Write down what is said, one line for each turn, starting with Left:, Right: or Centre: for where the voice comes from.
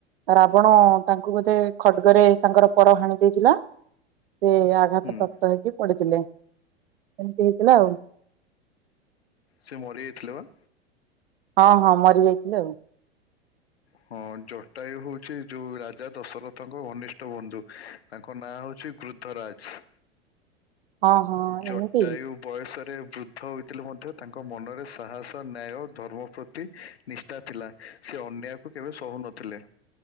Right: ରାବଣ ତାଙ୍କୁ ବୋଧେ ଖଡ୍ଗରେ ତାଙ୍କର ପର ହାଣି ଦେଇଥିଲା। ସେ ଆଘାତ
Left: ହୁଁ
Right: ପ୍ରାପ୍ତ ହେଇକି ପଡିଥିଲେ ସେମିତି ହେଇଥିଲା ଆଉ।
Left: ସେ ମରିଯାଇଥିଲେ ବା?
Right: ହଁ ହଁ ମରି ଯାଇଥିଲେ ଆଉ।
Left: ହଁ ଜଟାୟୁ ହଉଛି ଯୋଉ ରାଜା ଦଶରଥଙ୍କ ଘନିଷ୍ଟ ବନ୍ଧୁ। ତାଙ୍କ ନାଁ ହଉଛି ଗୃତରାଜ।
Right: ଆଉ ହଁ ହଁ
Left: ଜଟାୟୁ
Right: ଏମିତି
Left: ବୟସରେ ବୃଦ୍ଧ ହୋଇଥିଲେ ମଧ୍ୟ ତାଙ୍କ ମନରେ ସାହସ, ନ୍ୟାୟ, ଧର୍ମ ପ୍ରତି- ନିଷ୍ଠା ଥିଲା ସେ ଅନ୍ୟାୟକୁ କେବେ ସହହୁନଥିଲେ।